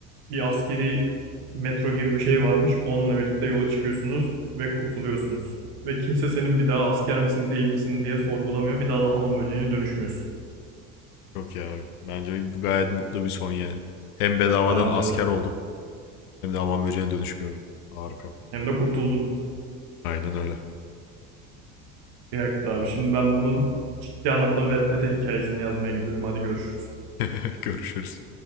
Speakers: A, on the right; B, on the left.
A: bir askeri metro gibi bir şey varmış. Onunla birlikte yola çıkıyorsunuz ve kurtuluyorsunuz. Ve kimse senin bir daha asker misin değil misin diye sorgulamıyor. Bir daha da hamam böceğine dönüşmüyorsun.
B: Çok iyi abi. Bence bu gayet mutlu bir son yani. Hem bedavadan
A: Bence
B: asker
A: de.
B: oldum hem de aman böceğine dönüşmüyorum. Harika.
A: Hem de kurtuldun.
B: Aynen öyle.
A: Bir dakika abi. Şimdi ben bunun ciddi anlamda Wattpad'e hikayesini yazmaya gidiyorum. Hadi görüşürüz.
B: <laughs> Görüşürüz.